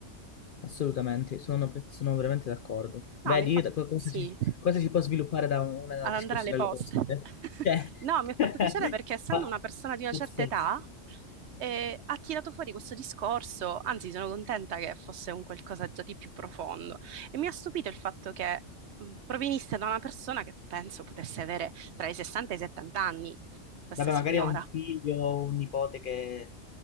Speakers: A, on the left (about 60°); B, on the right (about 65°).
A: Assolutamente, sono, pre- sono veramente d'accordo. Vedi
B: No, mi ha fatto
A: co- cosa
B: sì,
A: si, cosa si può sviluppare da una
B: ad
A: discussione
B: andare alle poste.
A: alle cose? Cioè,
B: No, mi ha fatto
A: <laughs>
B: piacere perché essendo
A: ma-
B: una persona di una
A: pazzesco.
B: certa età, eh, ha tirato fuori questo discorso, anzi sono contenta che fosse un qualcosa già di più profondo. E mi ha stupito il fatto che mh, provenisse da una persona che penso potesse avere tra i 60 e i 70 anni, questa
A: Vabbè,
B: signora.
A: magari ha un figlio o un nipote che